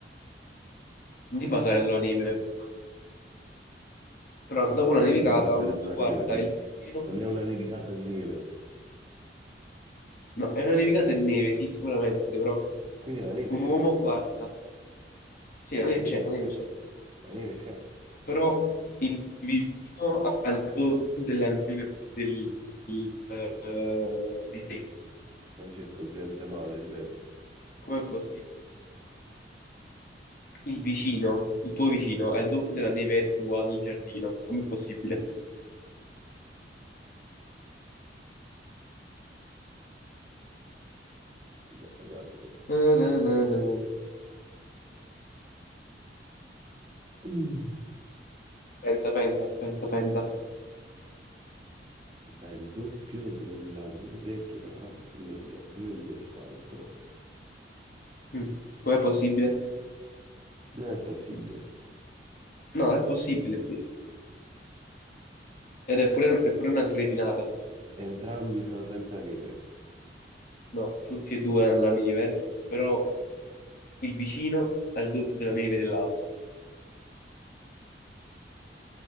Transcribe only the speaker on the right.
Tu
dici
non ti basare
sulla
neve, non,
non è una nevicata di neve.
Quindi la neve
c'è,
la
neve
c'è,
la neve c'è.
Francesco si sente male, ripeti.
Gu- Guarda.
Mm.
È il doppio della neve che ha nel giardino di quest'altro.
Non è possibile.
Entrambi sono senza neve,